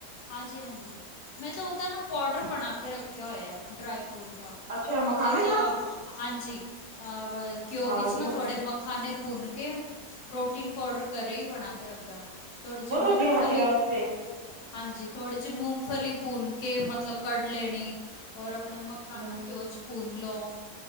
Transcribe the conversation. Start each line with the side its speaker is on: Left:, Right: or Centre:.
Left: ਹਾਂਜੀ-ਹਾਂਜੀ, ਮੈਂ ਤਾਂ ਓਦਾ ਨਾ ਪੋਡਰ ਬਣਾ ਕੇ ਰੱਖਿਆ ਹੋਯਾ, ਡਰਾਈ ਫਰੂਟ ਦਾ।
Right: ਅੱਛਾ ਮਖਾਣੇ
Left: ਉਦੇ ਚ
Right: ਦਾ
Left: ਹਾਂਜੀ, ਅਹ ਘਿਓ
Right: ਹਾਂ
Left: ਵਿੱਚ
Right: ਵਧੀਆ
Left: ਨਾ
Right: ਹੁੰਦਾ
Left: ਥੋੜੇ ਮ ਖਾਣੇ ਭੁੰਨ ਕੇ, ਪ੍ਰੋਟੀਨ ਪਾਊਡਰ ਕਰੇ ਈ ਬਣਾ ਕੇ ਰੱਖਿਆ। ਥੋੜੀ ਜੀ,
Right: ਬਹੁਤ
Left: ਮੂੰਗਫਲੀ
Right: ਵਧੀਆ ਹੱਡੀਆਂ ਵਾਸਤੇ
Left: ਹਾਂਜੀ, ਥੋੜ੍ਹੀ ਜੀ ਮੂੰਗਫਲੀ ਭੁੰਨ ਕੇ ਮਤਲਬ ਕੱਢ ਲੈਣੀ, ਔਰ ਅਪਣੇ ਮ ਖਾਣੇ
Right: ਹੂੰ
Left: ਘਿਓ ਚ ਭੁੰਨ ਲਓ,